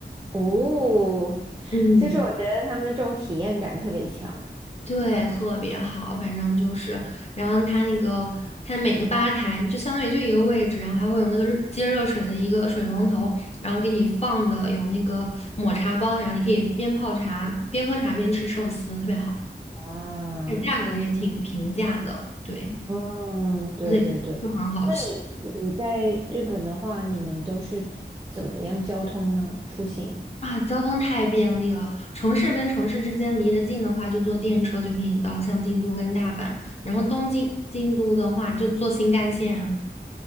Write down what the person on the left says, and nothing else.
嗯，
对，特别好，反正就是，然后它那个它每个吧台就相当于就一个位置，然后还会有那个热接热水的一个水龙头，然后给你放的有那个抹茶包，然后你可以边泡茶边喝茶边吃寿司，特别好，
而且价格也挺平价的，对，
而且就很好吃
啊，交通太便利了，城市跟城市之间离得近的话，就坐电车就可以到，像京都跟大阪，然后东京、京都的话就坐新干线啊，